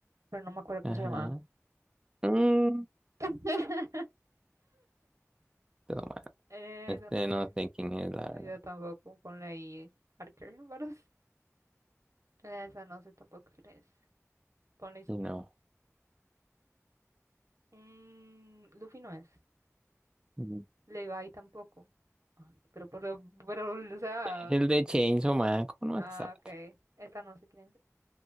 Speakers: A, on the right; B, on the right.
A: pero no me acuerdo cómo
B: Ajá.
A: se llamaba.
B: Mm,
A: <laughs>
B: todo mal.
A: Esa
B: Este
A: no
B: no
A: sé.
B: sé quién es, la
A: No,
B: verdad.
A: yo tampoco. Ponle ahí Archer <laughs> Baros. Esa no sé tampoco quién es. Ponle Izumi.
B: Y no.
A: Mm, Luffy no es.
B: Mm.
A: Levi tampoco. Ay, pero, pero, pero, o sea.
B: Es el de Chainsaw Man, ¿cómo no
A: Ah,
B: vas a saber?
A: ok. Esa no sé quién es.